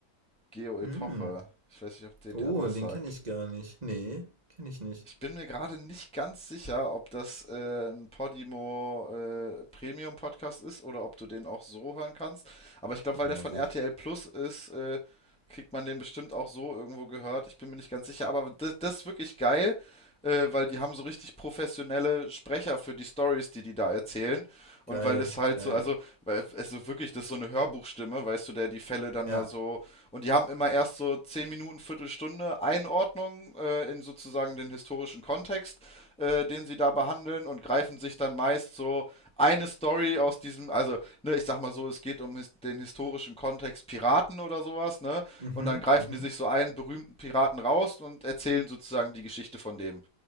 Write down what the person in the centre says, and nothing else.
Geo Epoche.
Ich weiß nicht, ob dir
der was
sagt.
Ich bin mir gerade nicht ganz sicher, ob das äh, ein Podimo äh, Premium Podcast ist oder ob du den auch so hören kannst. Aber ich glaube, weil
der von
RTL Plus ist, äh, kriegt man den bestimmt auch so irgendwo gehört. Ich bin mir nicht ganz sicher, aber das, das ist wirklich geil, äh, weil die haben so richtig professionelle Sprecher für die Stories, die die da erzählen. Und
weil das halt
so, also weil es so wirklich, das ist so eine Hörbuchstimme, weißt du, der die Fälle dann
da so. Und die haben immer erst so 10 Minuten, Viertelstunde Einordnung äh, in sozusagen den historischen Kontext, äh, den sie da behandeln und greifen sich dann meist so eine Story aus diesem, also, ne, ich sag mal so, es geht um his den historischen Kontext Piraten oder sowas, ne?
Und dann greifen
die sich so einen berühmten Piraten raus und erzählen sozusagen die Geschichte von dem.